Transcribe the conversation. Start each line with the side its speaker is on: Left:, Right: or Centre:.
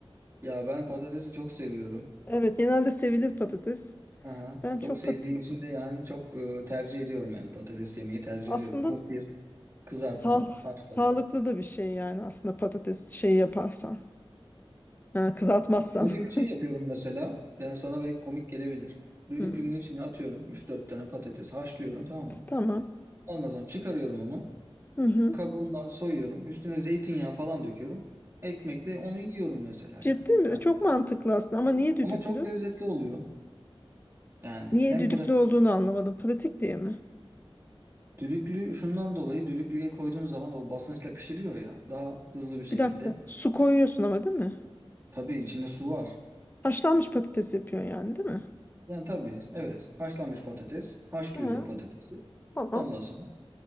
Right: Ya ben patatesi çok seviyorum.
Left: Evet genelde sevilir patates.
Right: Aha.
Left: Ben
Right: Çok
Left: çok
Right: sevdiğim
Left: patates
Right: için de yani çok e, tercih ediyorum yani patates yemeyi tercih
Left: aslında
Right: ediyorum. Kumpir, kızartma,
Left: sağ
Right: haşlama.
Left: sağlıklı da bir şey yani aslında patates şeyi yaparsan. Ha, kızartmazsan.
Right: Bak şöyle bir
Left: <laughs>
Right: şey yapıyorum mesela. Yani sana belki komik gelebilir. Düdüklünün
Left: Hmm,
Right: içine atıyorum üç dört tane patates haşlıyorum tamam mı?
Left: Tamam.
Right: Ondan sonra çıkarıyorum onu.
Left: Hı hı.
Right: Bu kabuğundan soyuyorum. Üstüne zeytinyağı falan döküyorum. Ekmekle onu yiyorum mesela
Left: Ciddi
Right: yani.
Left: mi?
Right: Heh.
Left: Çok mantıklı aslında ama niye düdüklü?
Right: Ama çok lezzetli oluyor. Yani
Left: Niye
Right: hem
Left: düdüklü
Right: pratik.
Left: olduğunu anlamadım. Pratik diye mi?
Right: Düdüklü şundan dolayı düdüklüye koyduğun zaman o basınçla pişiriyor ya daha hızlı bir şekilde.
Left: Bir dakika. Su koyuyorsun ama değil mi?
Right: Tabii içinde su var.
Left: Haşlanmış patates yapıyorsun yani değil mi?
Right: Yani tabii evet haşlanmış patates. Haşlıyorum
Left: Ha,
Right: patatesi.
Left: tamam.
Right: Ondan sonra